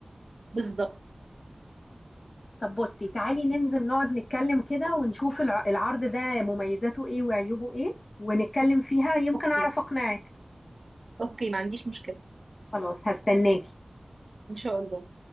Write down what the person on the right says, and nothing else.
بالظبط
اوكي
اوكي ما عنديش مشكلة
ان شاء الله